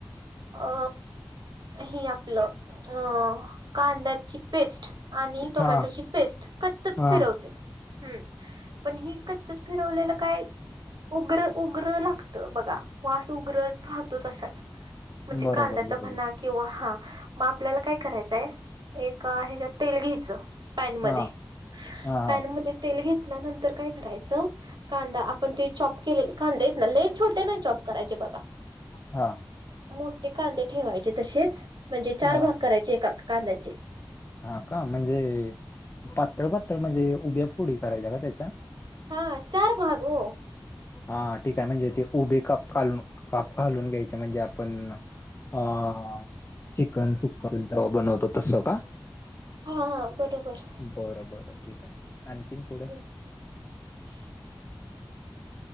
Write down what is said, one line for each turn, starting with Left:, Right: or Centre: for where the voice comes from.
Right: अ हे आपलं अ कांद्याची पेस्ट आणि टोमॅटोची
Left: हा
Right: पेस्ट कच्चच
Left: हा
Right: फिरवत्यात हम्म पण हि कच्चच फिरवलेलं काय उग्र उग्र लागत बघा वास उग्र राहतो तसाच म्हणजे
Left: बरोबर
Right: कांद्याचा
Left: बरोबर
Right: म्हना किंवा हा मग आपल्याला काय करायचंय एक ह तेल घ्यायचं पॅन
Left: हा
Right: मध्ये
Left: हा
Right: पॅन
Left: हा
Right: मध्ये तेल घेतल्यानंतर काय करायचं कांदा पण ते चॉब केलेले कांदे आहेत ना ते ले छोटे नाय चॉब करायचे बघा
Left: हा
Right: मोठे कांदे ठेवायचे तसेच म्हणजे चार
Left: हा
Right: भाग करायचे एका कांद्याचे
Left: हा का म्हणजे पातळ पातळ म्हणजे उभ्या फोडी करायच्या का त्याच्या
Right: हा चार भाग हो
Left: हा ठीक आहे म्हणजे ते उभे कापलून काप घालून घ्यायचे म्हणजे आपण ह चिकन सुका तेव्हा बनवत तस का
Right: हा हा बरोबर
Left: बरं बरं ठीक आहे आणखीन पुढे
Right: ह